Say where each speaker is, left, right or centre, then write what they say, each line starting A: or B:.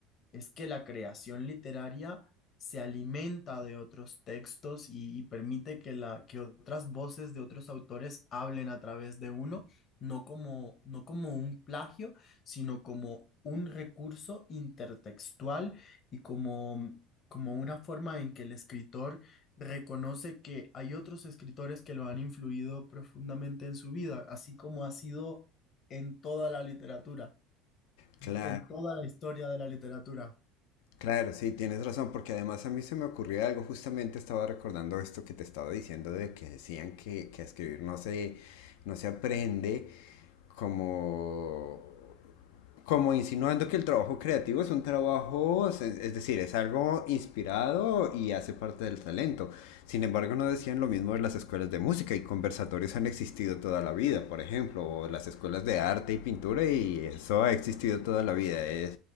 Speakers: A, on the left; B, on the left.
A: es que la creación literaria se alimenta de otros textos y, y permite que, la, que otras voces de otros autores hablen a través de uno, no como, no como un plagio, sino como un recurso intertextual y como, como una forma en que el escritor reconoce que hay otros escritores que lo han influido profundamente en su vida, así como ha sido en toda la literatura,
B: Claro,
A: en toda la historia de la literatura.
B: claro, sí, tienes razón, porque además a mí se me ocurrió algo, justamente estaba recordando esto que te estaba diciendo de que decían que, que a escribir no se, no se aprende como como insinuando que el trabajo creativo es un trabajo, es, es decir, es algo inspirado y hace parte del talento. Sin embargo, no decían lo mismo de las escuelas de música y conversatorios han existido toda la vida, por ejemplo, o las escuelas de arte y pintura y eso ha existido toda la vida. Es,